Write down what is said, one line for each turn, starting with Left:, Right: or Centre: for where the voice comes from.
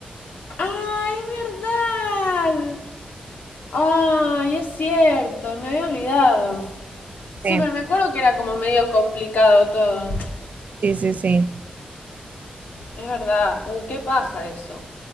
Left: Ah, es verdad. Ay, es cierto, me había olvidado. Sí,
Right: Sí,
Left: pero me acuerdo que era como medio complicado todo.
Right: sí, sí, sí.
Left: Es verdad. Uh, qué paja eso.